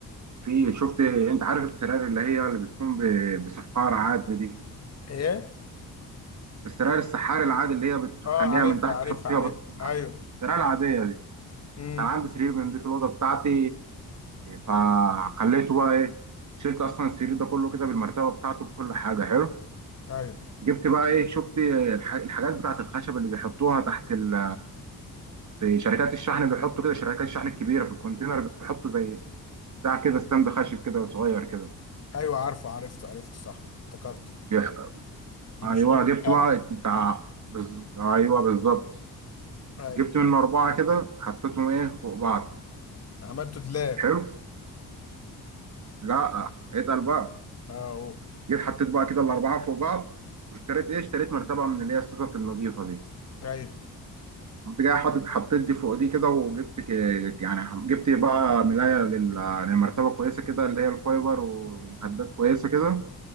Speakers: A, on the right; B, on the left.
A: في شفت انت عارف السراير اللي هي اللي بتكون ب- بسحار عادي دي
B: ايه
A: السراير السحاري العادي اللي هي بتخليها
B: اه عارفها
A: من تحت
B: عارفها
A: تحط فيها
B: عارف
A: بط...
B: ايوه
A: السراير العاديه دي
B: امم
A: كان عندي سرير بنضيف في الاوضه بتاعتي فخليته بقى ايه شلت اصلا السرير ده كله كده بالمرتبه بتاعته بكل حاجه حلو
B: ايوه
A: جبت بقى ايه شفت الح- الحاجات بتاعت الخشب اللي بيحطوها تحت ال في شركات الشحن بيحطوا كده شركات الشحن الكبيره في الكونتينر بيحطوا زي بتاع كده ستاند خشب كده صغير كده
B: ايوه عارفه عرفته عرفته صح افتكرته
A: يح-
B: دي
A: ايوه
B: بيشيل عليه
A: جبت
B: حاجه
A: بقى بتاع بز... ايوه بالظبط
B: ايوه
A: جبت منه اربعه كده حطيتهم ايه فوق بعض
B: عملته دلاب
A: حلو لا اتقل بقى
B: اه أوه.
A: جيت حطيت بقى كده الاربعه فوق بعض واشتريت ايه اشتريت مرتبه من اللي هي السكك النظيفه دي
B: ايوه
A: قمت جاي حاطط حطيت دي فوق دي كده وجبت ك- يعني جبت بقى ملايه لل- للمرتبه كويسه كده اللي هي الفايبر ومخدات كويسه كده